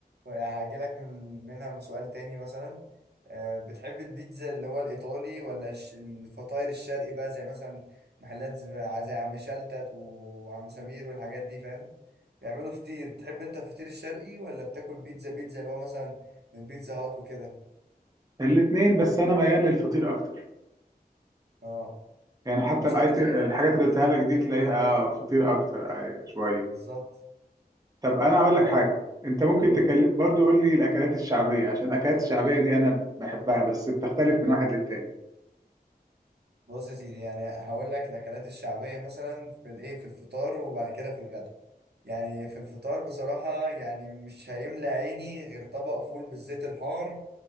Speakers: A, on the right; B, on the right.
A: هاجيلك من منها من سؤال تاني مثلا آه، بتحب البيتزا اللي هو الإيطالي ولا الش- الفطاير الشرقي بقى زي مثلا محلات زي زي عم شلتت وعم سمير والحاجات دي فاهم بيعملوا فطير بتحب انت الفطير الشرقي ولا بتاكل بيتزا بيتزا اللي هو مثلا من بيتزا هات وكده
B: الاتنين بس أنا ميال للفطير أكتر
A: اه
B: يعني حتى
A: ما شكلك
B: الاي تي
A: كده
B: الحاجات
A: يعني
B: اللي قلتها
A: لقيتك
B: لك
A: بتقول
B: دي تلاقيها
A: لي
B: اه فطير اكتر آه، شويه
A: بالظبط
B: طب انا هقول لك
A: اه
B: حاجه انت ممكن
A: قول
B: تكلم برضو قول لي الاكلات الشعبيه عشان الاكلات الشعبيه دي انا بحبها بس بتختلف من واحد للتاني
A: بص يا سيدي يعني هقول لك الاكلات الشعبيه مثلا في الايه في الفطار وبعد كده في الغدا يعني في الفطار بصراحه يعني مش هيملى عيني غير طبق فول بالزيت الحار